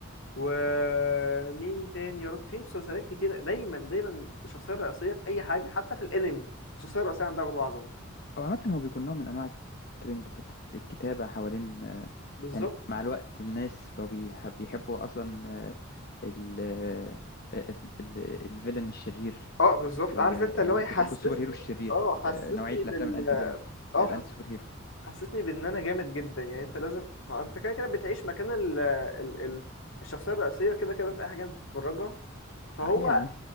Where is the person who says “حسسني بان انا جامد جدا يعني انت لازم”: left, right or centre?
Left